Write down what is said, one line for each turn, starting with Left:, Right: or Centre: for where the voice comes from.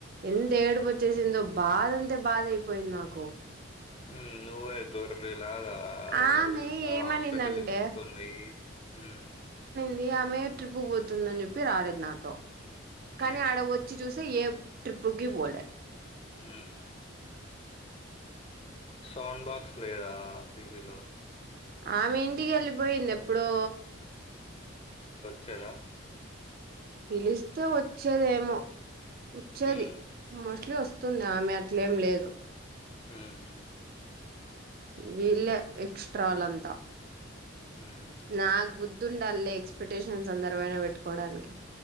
Right: ఎంత ఏడుపు వచ్చేసిందో బా కదంతే బాద్ అయిపోయింది నాకు
Left: మ్మ్ నువ్వే గొర్విల్ నాద
Right: ఆమె
Left: ఎవరు పిలిచినా
Right: ఏమనిందంటే
Left: హాస్పిటల్ పీల్చుకొని పోయి మ్
Right: వి ఆమె ట్రిప్కుపోతుందని చెప్పి రాలేదు నాతో కానీ
Left: ఉమ్
Right: ఆడ వచ్చి చూసే ఏ ట్రిప్పుకి వోలే
Left: మ్మ్ సౌండ్ బాక్స్ లేదా పీజీలో
Right: ఆమె ఇంటికేళ్ళిపోయింది ఎప్పుడో
Left: చలా
Right: పిలుస్తే వచ్చేదేమో వచ్చేది
Left: ఉమ్,
Right: మోస్ట్లీ వస్తుందామె అట్లేం లేదు
Left: మ్మ్
Right: వెళ్లే ఎక్స్ట్రాలంత
Left: ఉమ్,
Right: నాక్ బుద్ధుండల్లే ఎక్స్పెక్టేషన్స్ అందరవైన పెట్టుకోవడానికి